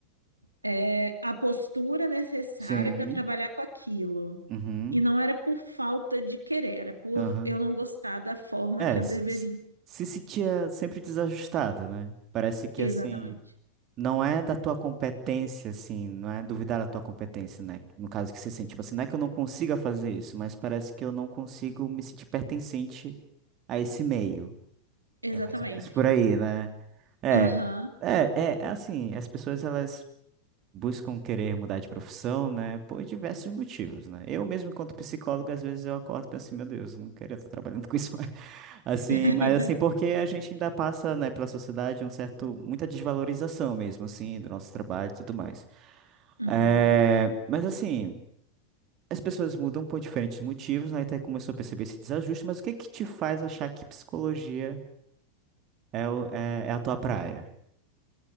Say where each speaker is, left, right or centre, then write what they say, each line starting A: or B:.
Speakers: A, on the right; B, on the right.
A: é, a postura necessária
B: Sim.
A: para trabalhar com aquilo.
B: Uhum.
A: E não era por falta de querer, era por
B: Aham.
A: eu não gostar da forma
B: É,
A: que eu
B: se
A: deveria.
B: se- se sentia sempre desajustada, né? Parece que
A: Exatamente.
B: assim, não é da tua competência, assim, não é duvidar da tua competência, né? No caso que você sente, tipo assim, não é que eu não consiga fazer isso, mas parece que eu não consigo me sentir pertencente a esse meio.
A: Exatamente.
B: É mais ou menos por aí, né? É,
A: Aham.
B: é, é, é assim, as pessoas elas buscam querer mudar de profissão, né, por diversos motivos, né? Eu mesmo, enquanto psicólogo, às vezes eu acordo e penso assim, meu Deus, eu não queria estar trabalhando com isso, <laughs> mais." assim,
A: <laughs>
B: mas assim, porque a gente ainda passa, né, pela sociedade um certo, muita desvalorização mesmo, assim, do nosso trabalho e tudo mais.
A: Uhum.
B: É, mas assim, as pessoas mudam por diferentes motivos, né, até começou a perceber esse desajuste, mas o que que te faz achar que psicologia é, o- é, é a tua praia?